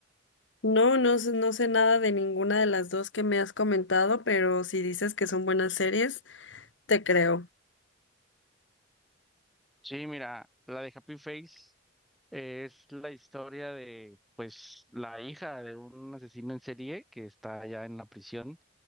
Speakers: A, on the left; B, in the centre.
A: No, no, sé- no sé nada de ninguna de las dos que me has comentado, pero si dices que son buenas series, te creo.
B: Sí, mira, la de Happy Face. Es la historia de, pues, la hija de un asesino en serie que está allá en la prisión